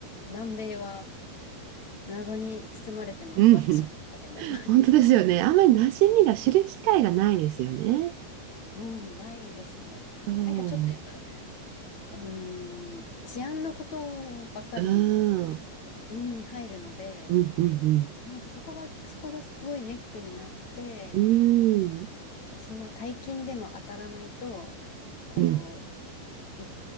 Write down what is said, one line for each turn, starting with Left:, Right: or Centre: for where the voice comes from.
Left: 南米は謎に包まれてます、
Right: うん。
Left: 私の中でも。
Right: 本当ですよね。あんまり馴染みが知る機会がないですよね。
Left: うん、ないですね。
Right: そう。
Left: なんかちょっとやっぱうーん、治安のことばっかり
Right: うん。
Left: 耳に入るので、
Right: うんうん
Left: なんかそこは、そこがすごいネックになって、
Right: うん。うん。
Left: そんな大金でも当たらないと、こ
Right: うん。
Left: う、い、じ